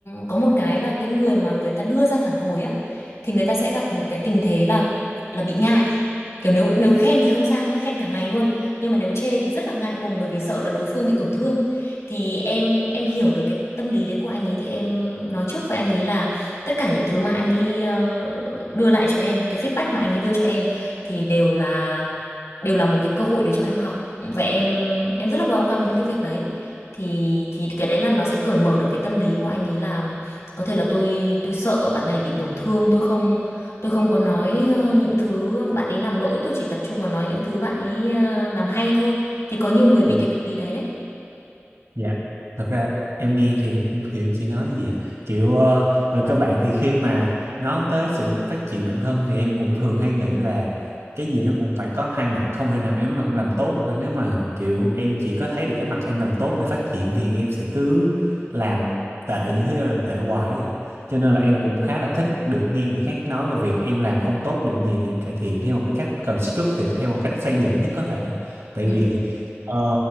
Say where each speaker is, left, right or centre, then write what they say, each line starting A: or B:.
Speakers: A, on the left; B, on the right.
A: có một cái là cái người mà người ta đưa ra phản hồi á thì người ta sẽ gặp một cái tình thế là là bị ngại kiểu nếu nếu khen thì không sao nhá khen cả ngày luôn nhưng mà nếu chê thì rất là ngại ngùng bởi vì sợ là đối phương bị tổn thương thì em em hiểu được cái tâm lý đấy của anh ấy thì em nói trước với anh ấy là tất cả những thứ mà anh ấy ờ, đưa lại cho em cái feedback mà anh ấy đưa cho em thì đều là đều là một cái cơ hội để cho em học và em em rất là welcome những cái việc đấy thì thì cái đấy là nó sẽ cởi mở được cái tâm lý của anh ấy là có thể là tôi tôi sợ bạn này bị tổn thương tôi không Tôi không có nói ờ, những thứ bạn ấy làm lỗi, tôi chỉ tập trung vào nói những thứ bạn ấy ờ, làm hay thôi. Thì có nhiều người bị
B: Dạ.
A: cái tâm lý đấy đấy.
B: Dạ, thật ra em nghe thì cũng hiểu chị nói gì à. Kiểu ờ, về các bạn thì khi mà nói tới sự phát triển bản thân thì em cũng thường hay nghĩ là cái gì nó cũng phải có hai mặt, không thể nào em lúc nào cũng làm tốt được. Nếu mà kiểu em chỉ có thấy được cái mặt em làm tốt để phát triển thì em sẽ cứ làm tệ những thứ em làm tệ hoài ấy à. Cho nên là em cũng khá là thích được nghe người khác nói về việc em làm không tốt điểm gì để em cải thiện theo một cái cách constructive, theo một cách xây dựng nhất có thể. Tại
A: Ừ.
B: vì ờ,